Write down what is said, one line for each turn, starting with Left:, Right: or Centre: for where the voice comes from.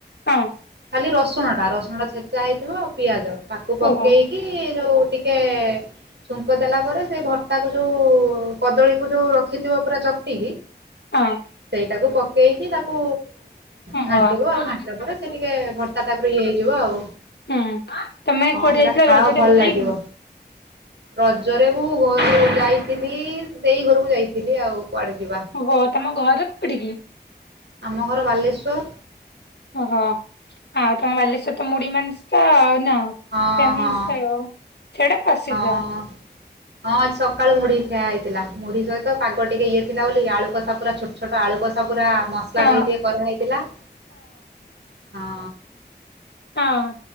Left: ହଁ।
Right: ଖାଲି ରସୁଣ ଟା ରସୁଣ ଟା ଛେଚା ହେଇଥିବ ଆଉ ପିଆଜ ତାକୁ ପକେଇ
Left: ଓହୋ
Right: କି ଯୋଉ ଟିକେ ଛୁଙ୍କ ଦେଲା ପରେ ସେ ଭର୍ତ୍ତାକୁ ଯୋଉ କଦଳୀକୁ ଯୋଉ ରଖିଥିବ ପୁରା ଚକଟିକି।
Left: ହଁ।
Right: ସେଇଟାକୁ ପକେଇକି ତାକୁ
Left: ହଁ
Right: ଘାଣ୍ଟିବ ଆଉ
Left: ହଁ
Right: ଘାଣ୍ଟିଲା ପରେ ସେ ଟିକେ ଭର୍ତାଟା ପୁରା ଇଏ ହେଇଯିବ ଆଉ
Left: ହୁଁ ତମେ
Right: ହଁ
Left: କୁଆଡେ
Right: ସେଟା
Left: ଯାଇଥିଲ
Right: ଖାଅ
Left: ରଜରେ
Right: ଭଲ
Left: ବୁଲିବାକୁ?
Right: ଲାଗିବ। ରଜରେ ମୁଁ ଘରୁ ଯାଇଥିଲି ଦେଇ ଘରକୁ ଯାଇଥିଲି ଆଉ କୁଆଡେ ଯିବା।
Left: ଓହୋ ତମ ଘର କୋଉଠକି?
Right: ଆମ ଘର ବାଲେଶ୍ୱର।
Left: ଓହୋ ଆଉ ତମ ବାଲେଶ୍ଵର ତ ମୁଢ ମାଂସ ଆଉ ନା।
Right: ହଁ
Left: ଫେମସ
Right: ହଁ
Left: ଆଉ ସେଇଟା ପ୍ରସିଦ୍ଧ।
Right: ହଁ ହଁ। ହଁ ଆଜି ସକାଳୁ ମୁଢିଆ ଖିଆ ହେଇଥିଲା ମୁଢି ସହିତ ପାଗ ଟିକେ ଇଏ ଥିଲା ବୋଲି ଆଳୁ କଷା ପୁରା ଛୋଟ ଛୋଟ ଆଳୁ କଷା ପୁରା ମସଲା
Left: ହଁ
Right: ଦେଇ ଟିକେ କରାହେଇଥିଲା ହଁ।
Left: ହଁ।